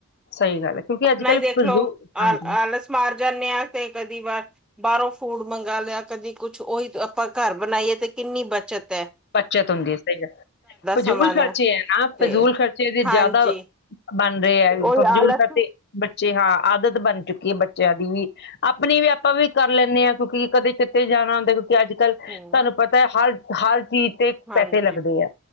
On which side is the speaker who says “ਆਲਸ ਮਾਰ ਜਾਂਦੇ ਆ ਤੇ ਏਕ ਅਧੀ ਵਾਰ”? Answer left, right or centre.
Centre